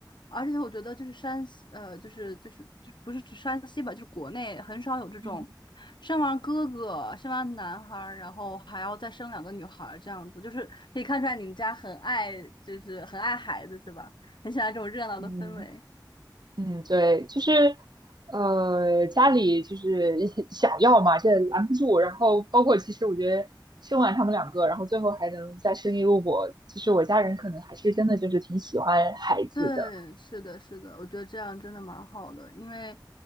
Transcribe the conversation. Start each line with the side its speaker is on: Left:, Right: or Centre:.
Left: 而且我觉得就是山西，呃，就是就是就不是指山西吧，就是国内很少有这种
Right: 嗯，
Left: 生完哥哥，生完男孩儿，然后还要再生两个女孩儿这样子，就是可以看出来你们家很爱，就是很爱孩子是吧？很喜欢这种热闹的氛围。
Right: 嗯。嗯，对，就是，呃，家里就是 <laughs> 想要嘛，这拦不住。然后包括其实我觉得生完他们两个，然后最后还能再生一个我，就是我家人可能还是真的就是挺喜欢孩子的。
Left: 对，是的，是的，我觉得这样真的蛮好的，因为，